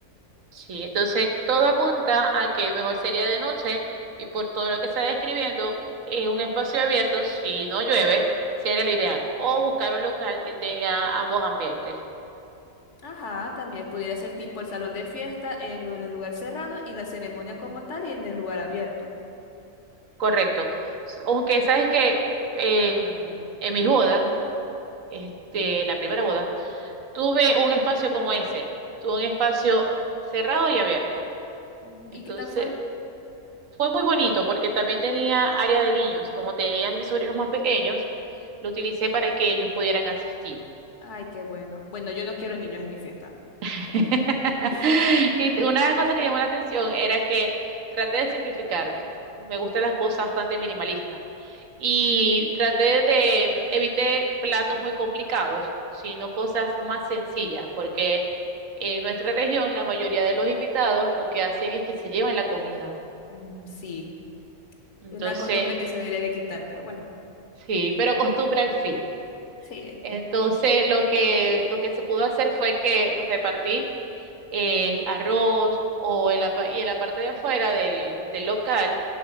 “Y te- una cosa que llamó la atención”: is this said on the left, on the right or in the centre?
Right